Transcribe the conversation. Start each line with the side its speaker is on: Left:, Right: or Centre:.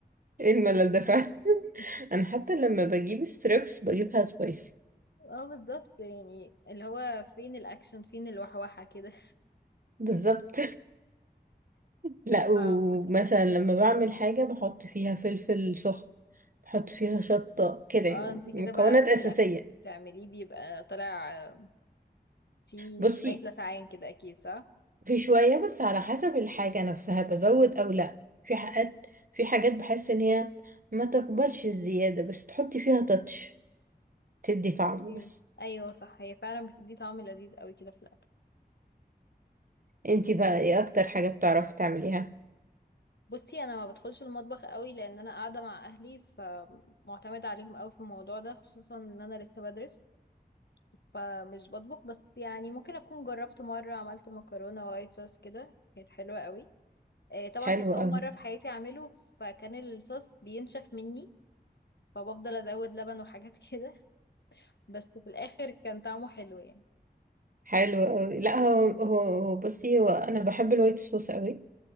Right: ايه الملل ده فعلا <laughs>
Left: <laughs>
Right: انا حتى لما بجيب ستريبس بجيبها سبايسي
Left: اه بالظبط يعني اللي هو فين الاكشن فين الوحوحة كده
Right: بالظبط <laughs> لا ومثلا
Left: <laughs> عامة
Right: لما بعمل حاجة بحط فيها فلفل سخن بحط فيها شطة كده
Left: اه
Right: يعني
Left: انتي كده
Right: مكونات
Left: بقى كل
Right: أساسية
Left: الاكل اللي بتعمليه بيبقى طالع آه، فيه
Right: بصي
Left: شوية لسعان كده اكيد صح
Right: في شوية بس على حسب الحاجة نفسها بزود أو لا في حاجات في حاجات بحس إن هي ما تقبلش الزيادة بس تحطي فيها تاتش تدي طعم
Left: مم.
Right: بس
Left: ايوه صح هي فعلا بتدي طعم لذيذ قوي كده في الاكل
Right: انتي بقى ايه اكتر حاجة بتعرفي تعمليها
Left: بصي انا ما بدخلش المطبخ قوي لان انا قاعده مع اهلي فمعتمده عليهم قوي في الموضوع ده خصوصا ان انا لسه بدرس فمش بطبخ بس يعني ممكن اكون جربت مره عملت مكرونه وايت صوص كده كانت حلوه قوي آه، طبعا
Right: حلو
Left: كانت اول
Right: قوي
Left: مره في حياتي اعمله فكان الصوص بينشف مني فبفضل ازود لبن وحاجات <laughs> كده بس في الاخر كان طعمه حلو يعني
Right: حلو قوي لا هو هو هو بصي هو انا بحب الوايت صوص قوي